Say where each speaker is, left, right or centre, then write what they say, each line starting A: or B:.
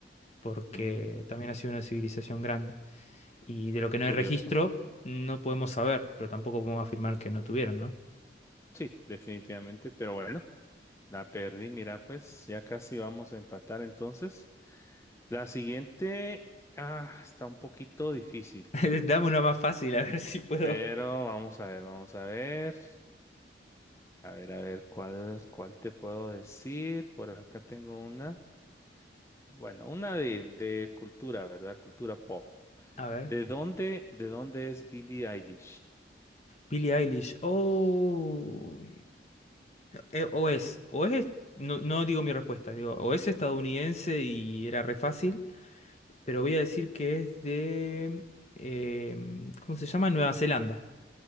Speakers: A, on the left; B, on the left.
A: porque
B: mm,
A: también ha sido una civilización grande. Y de lo que no
B: curioso.
A: hay registro, no podemos saber, pero tampoco podemos afirmar que no tuvieron, ¿no?
B: Sí, definitivamente, pero bueno, la perdí. Mira, pues ya casi vamos a empatar entonces. La siguiente, ah, está un poquito difícil,
A: <laughs> Dame una más fácil, a ver si puedo.
B: pero vamos a ver, vamos a ver. A ver, a ver, ¿cuál, cuál te puedo decir? Por acá tengo una. Bueno, una de, de cultura, ¿verdad? Cultura pop.
A: A ver.
B: ¿De dónde, de dónde es Billie Eilish?
A: Billie Eilish. Oh, eh, o es, o es, no, no digo mi respuesta, digo, o es estadounidense y era re fácil. pero voy a decir que es de... em, ¿cómo se llama? Nueva Zelanda.